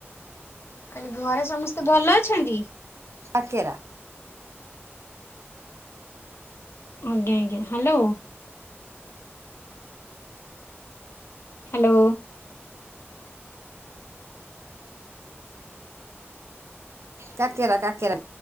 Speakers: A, on the left; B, on the right.
A: କଇଲି ଘରେ ସମସ୍ତେ ଭଲ ଅଛନ୍ତି।
B: କାକେରା।
A: ଆଜ୍ଞା ଆଜ୍ଞା ହାଲୋ। ହାଲୋ।
B: କାକେରା କାକେରା।